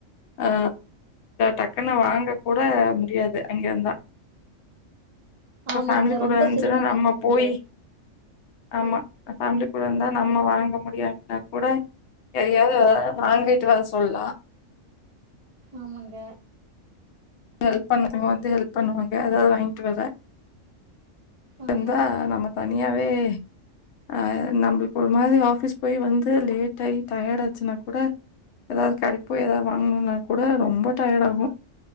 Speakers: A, on the left; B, on the right.
A: ஆ டக்குன்னு வாங்க கூட முடியாது அங்கிர்ந்தா இப்ப
B: ஆமாங்க
A: ஃபேம்லி கூட
B: ரொம்ப
A: இருந்ச்சுனா
B: சிரமமா
A: நம்ம
B: இருக்குங்களே
A: போயி ஆமா ஃபேம்லி கூடர்ந்தா நம்ம வாங்க முடியாட்னா கூட எதையாது வாங்கிட்டு வர சொல்லா
B: ஆமங்க
A: ஹெல்ப் பண்றவங்க வந்து ஹெல்ப் பண்ணுவாங்க ஏதாது வாய்ட்டு வரே
B: ஆமா
A: வந்தா
B: ஆமா
A: நம்ம தனியாவே ஆ நம்ளுக்கு ஒரு மாரி ஆஃபிஸ் போய் வந்து லேட்டாயி டயர்டு ஆச்சுனா கூட ஏதாது கடைகுபோய் ஏதாவது வாங்ணுனா கூட ரொம்ப டயர்ட் ஆகு